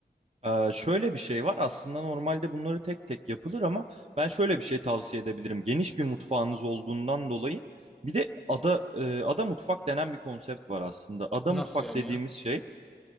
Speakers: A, on the right (about 35°); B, in the centre.
A: Ee, şöyle bir şey var aslında normalde bunları tek tek yapılır ama ben şöyle bir şey tavsiye edebilirim. Geniş bir mutfağınız olduğundan dolayı bir de ada e, ada mutfak denen bir konsept var aslında. Ada
B: Nasıl
A: mutfak
B: yani
A: dediğimiz
B: ya?
A: şey